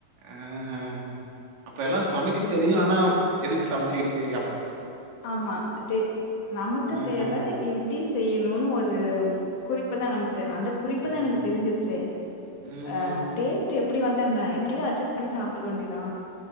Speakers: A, on the right (about 55°); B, on the left (about 60°).
A: ஆஹ்ஹ் அப்ப எல்லா சமைக்க தெரியு ஆனா எதுக்கு சமைச்சுக்கிட்டு அப்
B: ஆமா தே நமக்கு
A: ஆஹா.
B: தேவை எப்படி செய்யணும்னு ஒரு குறிப் புதா நமக்கு அந்த குறிப்புதா
A: ம்.
B: எனக்கு தெரிஞ்சிருச்சே
A: ம்ஹ்ம்.
B: அ டேஸ்ட் டு எப்படி வந்தா என்ன எப்படியோ அட்ஜஸ்ட் பண்ணி சாப்பிட்டுக்க வேண்டியதா